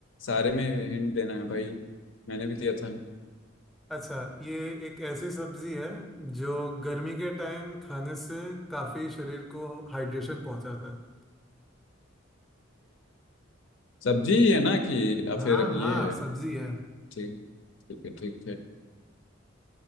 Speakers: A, on the left; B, in the centre.
A: सारे में हिंट देना है भाई मैंने भी दिया था
B: अच्छा ये एक ऐसी सब्जी है जो गर्मी के टाइम खाने से काफी शरीर को हाइड्रेशन पहुंचाता है
A: सब्जी ही है ना कि या
B: हाँ
A: फिर
B: हाँ
A: ये है
B: सब्जी है
A: ठीक ठीक है ठीक है